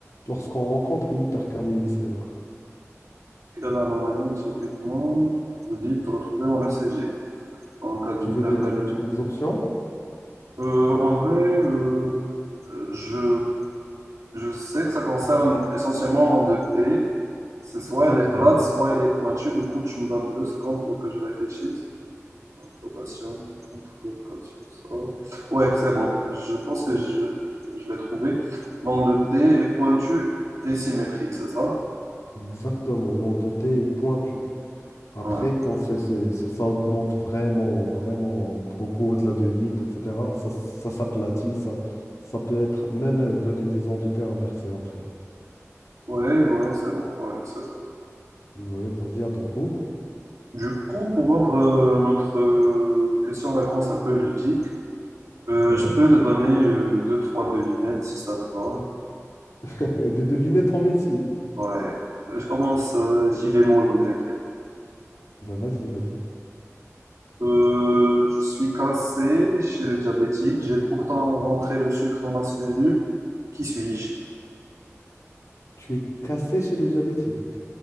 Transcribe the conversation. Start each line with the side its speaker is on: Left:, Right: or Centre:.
Left: lorsqu'on rencontre une hyperkaliémie sévère?
Right: Dans l'anomanie, typiquement, vous dites retrouver en ECG, en cas d'hypercalémie.
Left: Tu veux des, tu, tu veux des options?
Right: Euh, en vrai, euh, euh, je, je sais que ça concerne essentiellement l'endetté. C'est soit
Left: Exactement.
Right: elle est plate, soit elle est pointue. Du coup, tu me donnes deux secondes pour que je réfléchisse. Rotation, montre, rotation, sort. Ouais, c'est bon. Je pense que je, je l'ai trouvé. L'endetté est pointue et symétrique, c'est ça?
Left: Exactement. L'endetté est pointu. Après,
Right: Ouais,
Left: quand c'est, c'est- ça ça augmente vraiment, vraiment beaucoup au-delà de 8, etc., ça, ça s'aplatit. Ça, ça peut être même euh, donner des ondes de T inversées après.
Right: ouais, ouais, c'est bon. Ouais, c'est
Left: Ouais, vas-y, à ton tour.
Right: Du coup, pour rendre euh, notre euh, question-réponse un peu ludique, euh,
Left: Ouais.
Right: je peux te donner euh, deux, trois devinettes si ça te va.
Left: <laughs> De deviner ton médecine.
Right: Ouais. Euh, Je commence, euh, j'y vais mollo, t'inquiète.
Left: Ben, vas-y, vas-y.
Right: Euh, je suis cassé chez le diabétique. J'ai pourtant rentré le sucre dans ma cellule. Qui suis-je?
Left: Tu es cassé chez le diabétique.